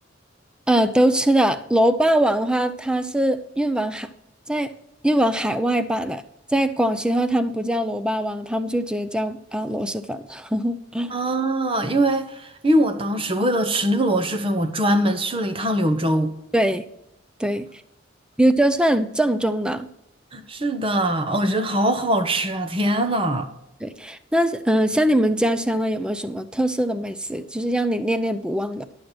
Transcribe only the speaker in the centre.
呃，都吃的。楼霸王的话，它是运往海，在运往海外版的。在广西的话，他们不叫楼霸王，他们就直接叫啊、呃螺蛳粉。<laughs>
对，对，柳州是很正宗的。
对，那嗯、呃像你们家乡呢，有没有什么特色的美食，就是让你念念不忘的？